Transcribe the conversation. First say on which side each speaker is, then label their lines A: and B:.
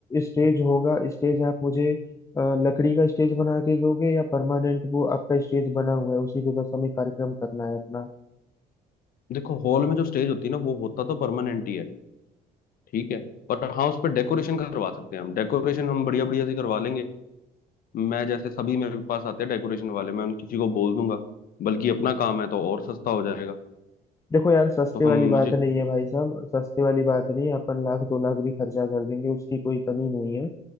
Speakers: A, on the left; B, on the left.
A: स्टेज होगा स्टेज आप मुझे अ, लकड़ी का स्टेज बना के दोगे या परमानेंट वो आपका स्टेज बना हुआ है उसी पे बस हमें कार्यक्रम करना है अपना
B: देखो हॉल में जो स्टेज होती है ना वो होता तो परमानेंट ही है ठीक है पर हाँ उस पर डेकोरेशन करवा सकते हैं हम डेकोरेशन हम बढ़िया बढ़िया सी करवा लेंगे मैं जैसे सभी मेरे पास आते हैं डेकोरेशन वाले मैं उन किसी को बोल दूंगा बल्कि अपना काम है तो और सस्ता हो जाएगा
A: देखो यार सस्ते
B: तो
A: वाली
B: हम
A: बात
B: मुझे
A: नहीं है भाई साहब सस्ते वाली बात नहीं है अपन लाख दो लाख भी खर्चा कर देंगे उसकी कोई कमी नहीं है